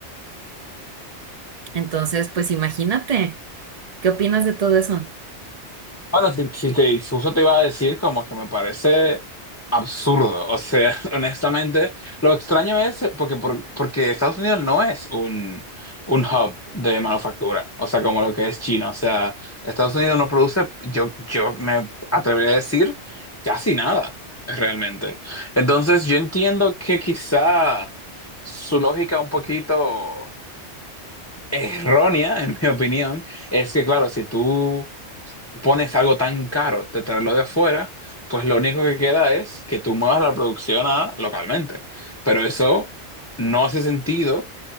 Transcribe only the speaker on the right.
<laughs> Entonces, pues imagínate, ¿qué opinas de todo eso?